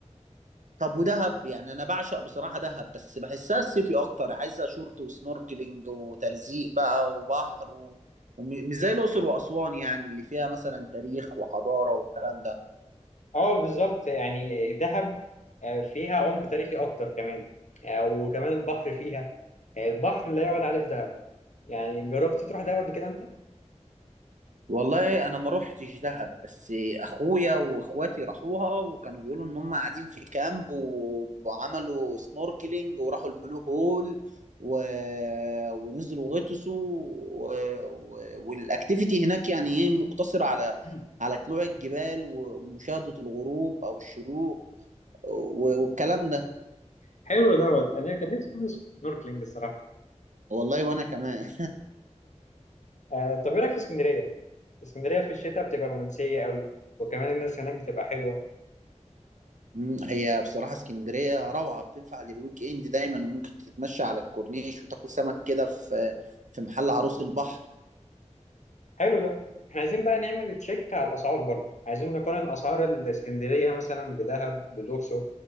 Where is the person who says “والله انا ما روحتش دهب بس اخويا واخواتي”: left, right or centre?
Right